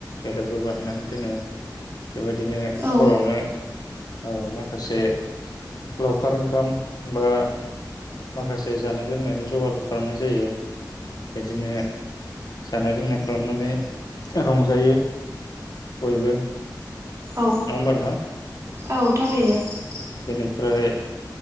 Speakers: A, on the left; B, on the right.
A: बेलागुर बानायनानै दोनो । बेबायदिनो
B: औ
A: हरावनो ओ मा खासे लावखार ओंखाम बा माखासे जानाय लोंनायनि जगारबो खालामनाय जायो । बिदिनो जानाय लोंनाय खालामनानै रंजायो बयबो।
B: औ
A: नङा होमबा नोंथां
B: औ थारैनो ।
A: बेनिफ्राय